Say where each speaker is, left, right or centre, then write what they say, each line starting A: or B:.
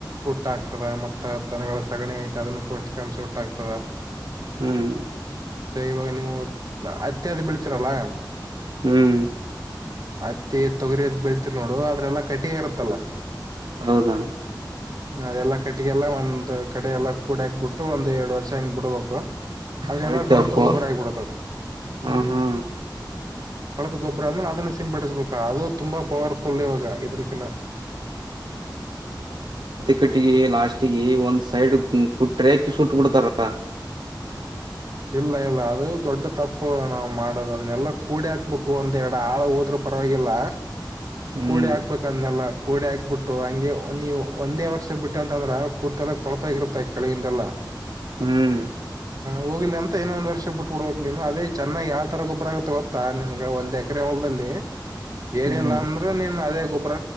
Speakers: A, on the right; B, on the right.
A: ಹುಟ್ಟ ಆಕ್ತದ ಮತ್ತ ದನಗಳ ಸಗಣಿ ಐತೆ ಅದನ್ನ ಪೌಷ್ಟಿಕಾಂಶ ಹುಟ್ಟಾಗ್ತದ
B: ಹ್ಮ್
A: ಇವಾಗ ನೀವು ಅತ್ತಿ ಅದು ಬೆಳ್ತೀರಲ್ಲ ಆ
B: ಹ್ಮ್
A: ಅತ್ತಿ ತೊಗರಿ ಅದ್ ಬೆಳೀತಿರಿ ನೋಡು ಅದ ರೆಲ್ಲಾ ಕಟಿ ಇರತ್ತಲ್ಲಾ
B: ಹೌದ ನು
A: ಅದೆಲ್ಲಾ ಕಟ್ಟಿಗೆಲ್ಲ ಒಂದ್ ಕಡೆ ಎಲ್ಲ ಕೂಡ್ಯಾಕ್ ಬಿಟ್ಟು ಒಂದ್ ಎರಡ್ ವರ್ಷ ಹಂಗ್ ಬಿಡ್ಬೇಕು ಅದೇಲ್ಲ
B: ಹೊಳಿತಾವ್
A: ಕೊಳತ
B: ಕೊ
A: ಗೊಬ್ಬರ ಆಗಿಬಿಡತದ
B: ಹಾ ಹಾ
A: ಕೊಳತು ಗೊಬ್ಬರನು ಅದುನ್ನು ಅದು ಸಿಂಪಡಿಸಬೇಕ ಅದು ತುಂಬಾ ಪವರಪುಲ್ ಇವಾಗ ಇದ್ರಕಿನ್ನ
B: ಕಟ್ಟಿಗೆ ಲಾಸ್ಟೀಗೆ ಒಂದ್ ಸೈಡ್ ಕುಟ್ರ್ಯಾಕಿ ಸುಟ್ ಬಿಡ್ತಾರಲ್ಲ
A: ಇಲ್ಲ ಇಲ್ಲ ಅದು ದೊಡ್ಡ ತಪ್ಪು ನಾವ್ ಮಾಡೋದು ಅದನ್ನೆಲ್ಲಾ ಕೂಡಿ ಹಾಕ್ಬೇಕು ಒಂದ್ ಎರಡು ಹಾಳು ಹೋದ್ರೂ ಪರವಾಗಿಲ್ಲ
B: ಹ್ಮ್
A: ಕೂಡಿ ಹಾಕ್ಬೇಕಂದ್ನಲ್ಲ ಕೂಡಿ ಹಾಕ್ಬಿಟ್ಟು ಹಂಗೆ ನೀವು ಒಂದೇ ವರ್ಷ ಬಿಟ್ಟ ಅಂತಂದ್ರ ಪೂರ್ತಿ ಎಲ್ಲ ಕೊಳತೋಗಿರುತ್ತಾ ಕೆಳಗಿಂದೇಲ್ಲಾ
B: ಹ್ಮ್
A: ಹೋಗ್ಲಿ ಅಂತ ಇನೊಂದ್ ವರ್ಷ ಬಿಟ್ಬ ಬಿಡಕ್ ನೀನು ಅದೇ ಚೆನ್ನಾಗ್ ಯಾವ ತರ ಗೊಬ್ರ ಆಗತ್ತ ಗೊತ್ತಾ ನಿನ್ಗ ಒಂದ್ ಎಕರೆ ಹೊಲದಲ್ಲಿ ದಲ್ಲಿ ಏನಿಲ್ಲ
B: ಹ್ಮ್
A: ಅಂದ್ರೆ ನೀನ್ ಅದೇ ಒಬ್ರ